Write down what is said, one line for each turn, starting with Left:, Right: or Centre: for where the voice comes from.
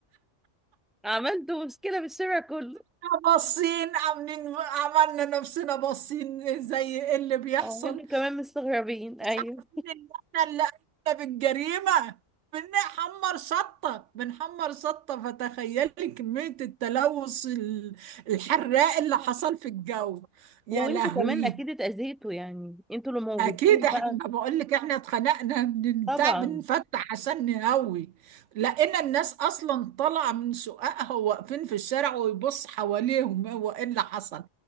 Centre: عملته مشكلة بالشارع كله
Right: باصين عاملين عملنا نفسنا باصين زي ايه اللي بيحصل
Centre: اه انتوا كمان مستغربين ايوه
Right: مش عارفين ان احنا اللي قمنا بالجريمة بنحمر شطة بنحمر شطة فتخيلي كمية التلوث ال- الحراق اللي حصل في الجو يا
Centre: وانتوا
Right: لهوي
Centre: كمان اكيد اتأذيتوا يعني انتوا اللي موجودين
Right: اكيد احنا
Centre: بقى
Right: ما بقول لك احنا اتخنقنا من
Centre: طبعا
Right: بتاع بنفتح عشان نهوي لقينا الناس اصلا طالعه من سوقها واقفين في الشارع ويبص حواليهم هو ايه اللي حصل